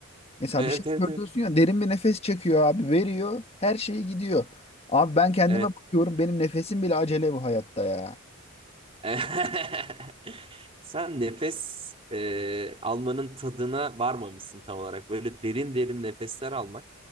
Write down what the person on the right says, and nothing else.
Evet
evet
evet.
Evet.
<laughs> Sen nefes e, almanın tadına varmamışsın tam olarak. Böyle derin derin nefesler almak.